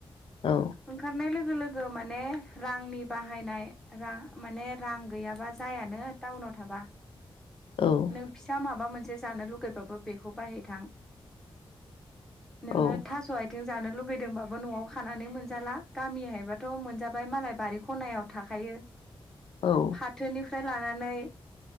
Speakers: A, on the left (about 70°); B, in the centre.
A: औ
B: ओंखारनाय लो गो लोगो माने रांनि बाहायनाय रां माने रां गैयाबा जायानो टाउनाव थाबा।
A: औ
B: नों फिसा माबा मोनसे जानो लुुबैबाबो बेखौ बाहायथां नोङो
A: औ
B: थास' आथिं जानो लुुबैदोंबाबो न'आव खानानै मोनजाला गामिहायबाथ' मोनजाबाय मालाय बारि खनायाव थाखायो।
A: औ
B: फाथोनि फ्राय लानानै